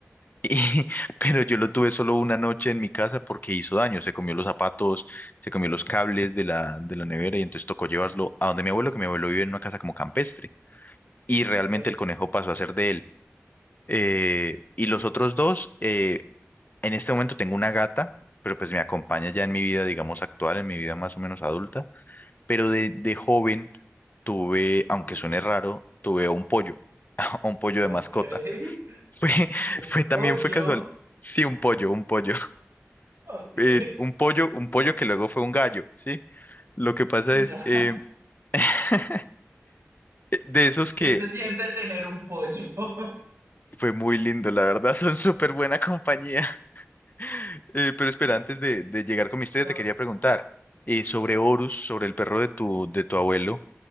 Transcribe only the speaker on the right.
ok,
ujú,
ok.
<laughs>
Un
pollo,
ok,
ya.
<laughs>
¿Qué
se siente tener un pollo? <laughs>
Bueno,
no,